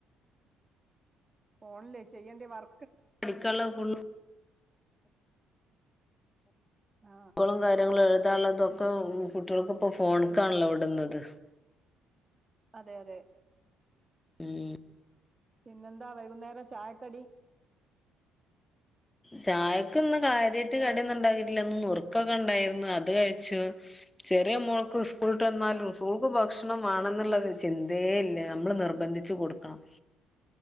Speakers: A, on the right; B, on the left.
A: ഫോൺല് ചെയ്യേണ്ട്യ വർ
B: പഠിക്കാള്ള ഫുള്ള്
A: ആ
B: <unintelligible> കാര്യങ്ങളും എഴുതാള്ളതൊക്കെ കുട്ട്യൾക്ക് പ്പോ ഫോൺക്കാണല്ലോ ഇടുന്നത്.
A: അതെ അതെ
B: ഉം
A: പിന്നെന്താ വൈകുന്നേരം ചായക്കടി?
B: ചായക്ക്ന്ന് കാര്യായിട്ട്
A: ഹലോ
B: കടിഒന്ന് ഇണ്ടാക്കിട്ടില്ല ന്നുർ കൊക്കെ ഇണ്ടായിരുന്ന് അത് കഴിച്ച് ചെറിയ മോൾക്ക് സ്കൂള്ട്ട് വന്നാലു
A: ആ
B: സു പ്പൊ ഭക്ഷണം വാണന്ന്ള്ളരു ചിന്തേ ഇല്ല നമ്മള് നിർബന്ധിച്ച് കൊടുക്കണം.